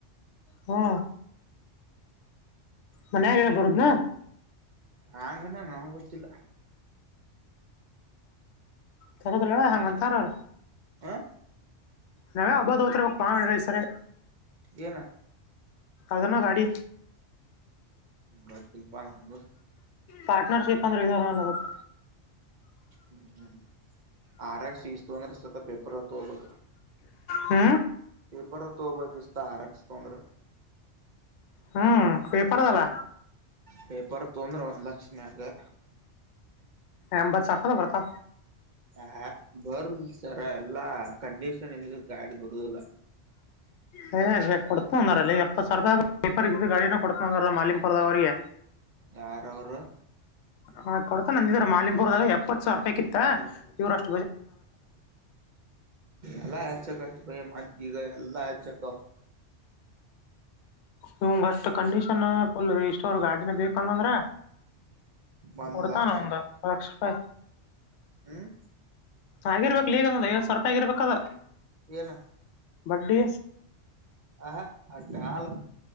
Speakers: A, on the left; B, on the right.
A: ಹಾ ಮನ್ಯಾಗ ಹೇಳ ಬರೋದ್ನಾ
B: ಹಂಗಣ ನಾವ್ ಗೊತ್ತಿಲ್ಲ
A: ಸರಿಲ್ಲ ಹೆಂಗ ಅಂತಾರ ಅವ್ರ
B: ಹ
A: ನಾವೇ ಹಬದು ಹೋತ್ರ ಹಕ್ ಪಾರ ಸರಿ
B: ಏನು
A: ಅದನ ಗಾಡಿ
B: ಗೊತ್ತಿಲ್ಪ ನಂಗು
A: ಪಾರ್ಟನರ್ಶಿಪ್ ಪಂದ್ರ ಹುತ್ತ
B: ಹ್ಮ್ ಹ್ಮ್ ಆರಾಚೆ ಈ ಸತೊಂದರ ಸ್ುತ್ತ ಪೆಬ್ರವರಿ ತೊಳ
A: ಹ್ಮ
B: ಪೇಪರ್ ತ ಬಕಿಸತಾ ಆರಕ್ ಸ ತೋಂದ
A: ಹ್ಮ್ ಪೇಪರ್ದಲ್ಲ
B: ಪೇಪರ್ ತೊಂದ್ರೆ ಒಂದ್ ಲಕ್ಷ ಮ್ಯಾಗ
A: ಎಂಬತ್ತು ಸಾವಪನ ಕೊರ್ತಾ
B: ಹ ಬರ ಸರ ಎಲ್ಲಾ ಕಂಡೀಷನ್ ಇ ಗಾಡಿ ಬರುದಲ್ಲ
A: ಹಯ್ಷೇ ಕೊಡ್ತು ಅಂದಾರಲ್ಲ ಎಪ್ಪತ್ತುಾವರ ರೂಪಾಯಿ ಪೇಪರ್ು ಗಾಡಿನ ಕೊಡ್ತುಂದಾರಲ್ಲ ಮಾಲಿಮಪುರದವ್ರಿಗೆ
B: ಯಾರ ಅವರು
A: ಹಾ ಕೊಡ್ತ ನಂದಿದ್ರ ಮಾಲಿನ್ಪುರದಾಗ ಎಪ್ಪತ್ ಸಾವಿ ರೂಪಾಯಿತ್ತ ಇವ್ರಷ್ಟು
B: ಎಲ್ಲ ಯಕ ಮಾಡತಿಗ ಅಲ್ಲಾ ಯಕ
A: ಇವಂಗ ಅಷ್ಟ್ ಕಂಡೀಷನ್ಫಲ್ ಇಷ್ಟ ಫುಲ್ ಗಾಡಿನ ಬೇಕಂತಂದ್ರ
B: ಒಂದ್
A: ಕೊಡತಾನ
B: ಲಕ್ಷ
A: ಹ ಲಕ್ಷ ರಪಾಯ
B: ಹ್ಮ್
A: ಆಾಗಿರ್ಬೇಕಕ್ ಈಗ ಅದವ ಸ್ವರ್ಪಗಿರ್ಬೇಕ ಅ
B: ಏನ
A: ಬಡ್ಡ್ಡಿ
B: ಆಹ ಅಟ್ಟ ಹಾಲ